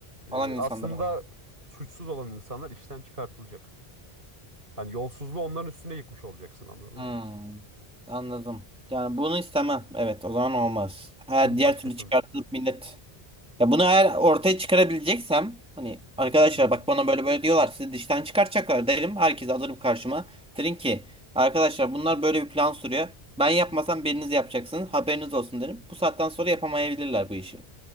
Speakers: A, on the right; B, in the centre.
A: e,
B: Olan
A: e,
B: insanlar
A: aslında
B: oldu.
A: suçsuz olan insanlar işten çıkartılacak. Hani yolsuzluğu onların üstüne yıkmış olacaksın anladın
B: Hmm,
A: mı?
B: anladım. Yani bunu istemem. Evet, o zaman olmaz. Eğer
A: Değil mi?
B: diğer
A: Başkasının.
B: türlü çıkartılıp millet. Ya bunu eğer ortaya çıkarabileceksem hani arkadaşlar
A: Hı hı.
B: bak bana böyle böyle diyorlar sizi dıştan çıkartacaklar derim. Herkesi alırım karşıma. Derim ki arkadaşlar bunlar böyle bir plan sürüyor. Ben yapmasam biriniz yapacaksınız. Haberiniz olsun derim. Bu saatten sonra yapamayabilirler bu işi.